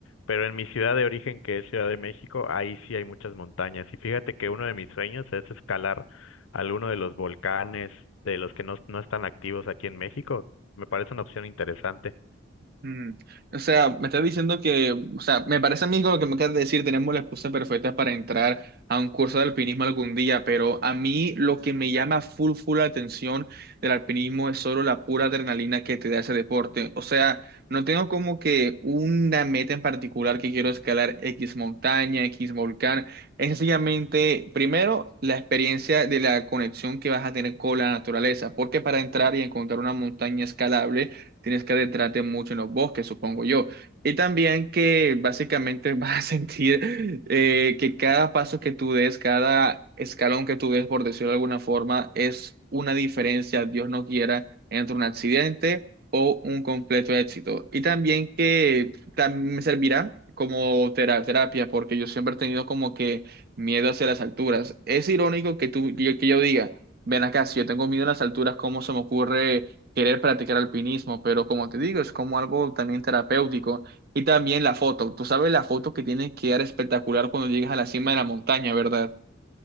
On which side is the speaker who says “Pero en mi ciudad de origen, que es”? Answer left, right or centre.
Left